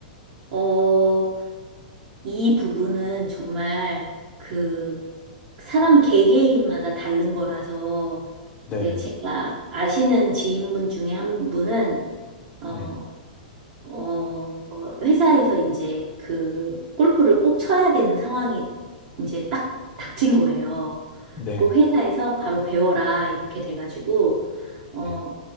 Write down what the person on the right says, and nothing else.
어, 이 부분은 정말 그 사람 개개인마다 다른 거라서,
예, 제가 아시는 지인분 중에 한 분은, 어,
어, 회사에서 이제 그 골프를 꼭 쳐야 되는 상황이 이제 딱 닥친 거예요.
그 회사에서 바로 배워라, 이렇게 돼가지고, 어,